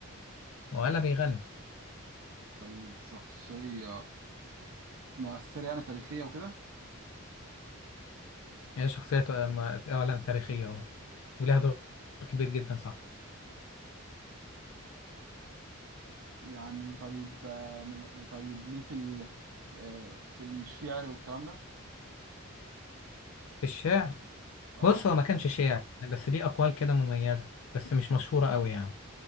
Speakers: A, on the left (about 75°); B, on the right (about 70°).
A: ولا بيغني
B: طيب شخصية مؤثرة يعني تاريخية وكده؟
A: هي شخصيه آه، م- في اعلام تاريخيه اهو ولها دور كبير جدا صح
B: يعني طيب آه مم... طيب ليه في ال... آه في الشعر والكلام ده؟
A: في الشعر
B: اه
A: بص هو ما كانش شاعر بس ليه اقوال كده مميزه بس مش مشهوره قوي يعني